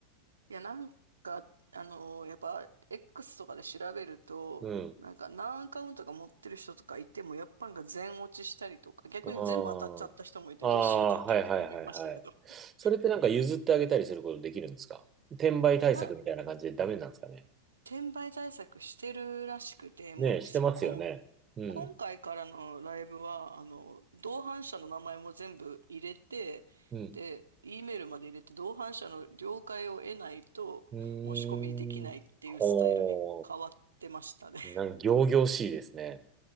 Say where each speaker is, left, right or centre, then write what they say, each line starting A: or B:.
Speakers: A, on the right; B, on the right.
A: いや、なんか、あのーやっぱ、X とかで調べると、
B: うん。
A: なんか何アカウントか持ってる人とかいても、やっぱなんか全落ちしたりとか、逆に全部当たっちゃった人もいて、
B: ああ。あ
A: どうしようって言ってる人もいましたけど。
B: あ、はいはいはいはい。
A: <laughs>
B: それってなんか譲ってあげたりすることできるんですか転売対策みたいな感じでダメなんですかね。
A: あ、転売対策してるらしくて、
B: ねえ、
A: もうさ、
B: してますよね。
A: こん、
B: うん。
A: 今回からのライブは、あの、同伴者の名前も全部入れて、
B: うん。
A: で、E メールまで入れて、同伴者の了解を得ないと申し込みできないっていうスタイルに変わってましたね。
B: うーん。ほう。なんか仰々しいですね。